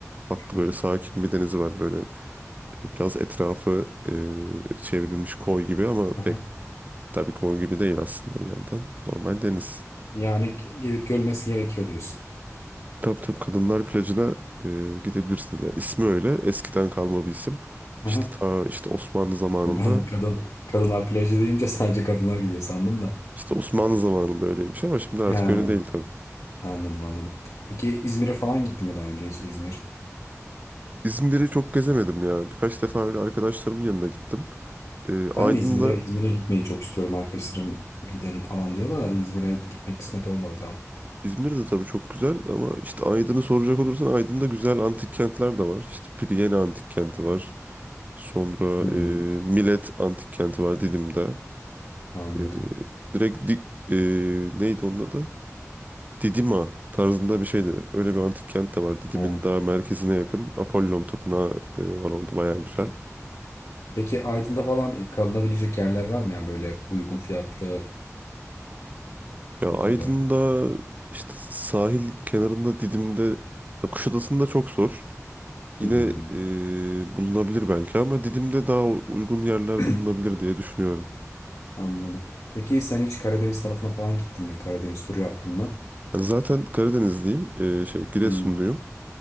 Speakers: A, on the right (about 30°); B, on the left (about 80°).
A: Tatlı
B: güzel.
A: böyle sakin bir denizi var. Böyle biraz etrafı e, çevrilmiş koy gibi ama pek
B: Aha.
A: tabii koy gibi değil aslında bir yandan. Normal deniz.
B: Yani ge- gidip görmesi gerekiyor diyorsun.
A: Tabii tabii kadınlar plajına e, gidebilirsiniz. Yani ismi öyle eskiden kalma bir isim. İşte
B: Aha.
A: ta işte Osmanlı zamanında
B: Ben kadın kadınlar plajı deyince sadece kadınlar gidiyor sandım da.
A: işte Osmanlı zamanında öyleymiş ama şimdi artık
B: Ha.
A: öyle değil tabii.
B: Anladım anladım. Peki İzmir'e falan gittin mi daha önce hiç İzmir?
A: İzmir'i çok gezemedim ya. Birkaç defa öyle arkadaşlarımın yanına gittim. E, Aydın'da
B: Ben de İzmir'e İzmir'e gitmeyi çok istiyorum. Arkadaşlarım gidelim falan diyor da İzmir'e gitmek kısmet olmadı daha.
A: İzmir de tabii çok güzel ama işte Aydın'ı soracak olursan Aydın'da güzel antik kentler de var. İşte Piriyeni antik kenti var. Sonra
B: Hmm,
A: e, Milet antik kenti var Didim'de.
B: anladım.
A: E, direkt di- e, neydi onun adı? Didima tarzında bir şeydi. Öyle bir antik kent de var. Didim'in
B: Ha,
A: daha merkezine yakın. Apollon Tapınağı e, var orada bayağı güzel.
B: çok- Peki Aydın'da falan kalınabilecek yerler var mı? Yani böyle uygun fiyatlı
A: Ya
B: oteller
A: Aydın'da
B: falan.
A: işte sahil kenarında Didim'de ya Kuşadası'nda çok zor. Yine
B: Hmm.
A: e, bulunabilir belki ama Didim'de daha u- uygun yerler
B: <clears throat>
A: bulunabilir diye düşünüyorum.
B: Anladım. Peki sen hiç Karadeniz tarafına falan gittin mi? Karadeniz turu yaptın mı?
A: Yani zaten Karadenizliyim. E, şey Giresunluyum.
B: Hmm.